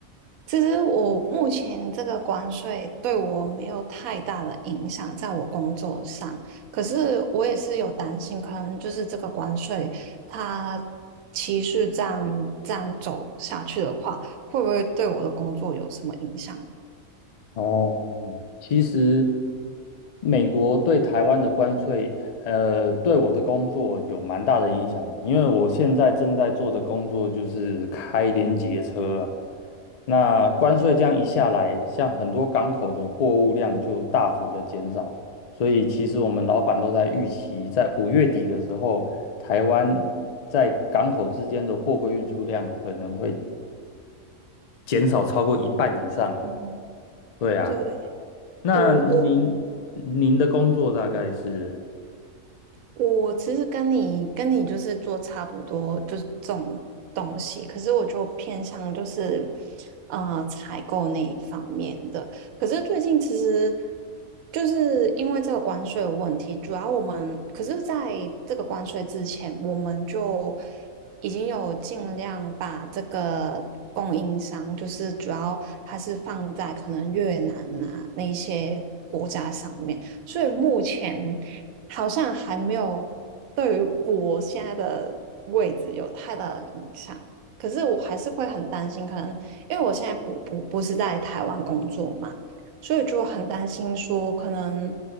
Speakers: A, on the right; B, on the left.
A: 其实我目前这个关税对我没有太大的影响，在我工作上。可是我也是有担心，可能就是这个关税它持续这样这样走下去的话，会不会对我的工作有什么影响？
B: 哦。其实美国对台湾的关税，呃，对我的工作有蛮大的影响，因为我现在正在做的工作就是开联结车啊。那关税这样一下来，像很多港口的货物量就大幅的减少，所以其实我们老板都在预期，在五月底的时候，台湾在港口之间的货柜运输量可能会减少超过一半以上。
A: 嗯，
B: 对啊。
A: 对，
B: 那您您的工作大概是
A: 我我我其实跟你跟你就是做差不多，就是这种东西，可是我就偏向就是呃采购那一方面的。可是最近其实就是因为这个关税的问题，主要我们可是在这个关税之前，我们就已经有尽量把这个供应商，就是主要还是放在可能越南啊那一些国家上面，所以目前。好像还没有对于我现在的位置有太大的影响。可是我还是会很担心，可能因为我现在不不不是在台湾工作嘛，所以就很担心说，可能